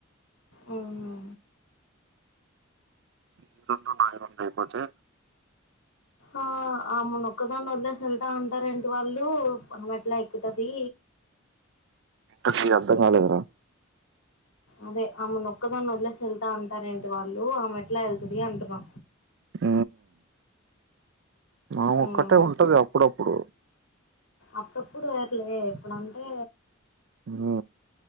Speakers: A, on the left (about 80°); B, on the right (about 60°).
A: అవునా
B: నీ రెండు నాగు రెండు అయిపోతే
A: ఆ అమ్ మునొక్కదాన్ని వదిలేసి వెళ్తా అంటార ఏంటి వాళ్ళు అమె ఎట్లా ఎక్కుతది
B: కొంచెం అర్థం కాలేదురా
A: అదే ఆమె నొక్కదాన్ని వదిలేసి వెళ్తా అంటార ఏంటి వాళ్ళు ఆమె ఎట్లా వెళ్తుది అంటున్న
B: హ మా ఒక్కటే
A: మ్మ్
B: ఉంటది అప్పుడప్పుడు
A: అప్పుడప్పుడు వేర్లే ఇప్పుడు అంటే
B: ఉ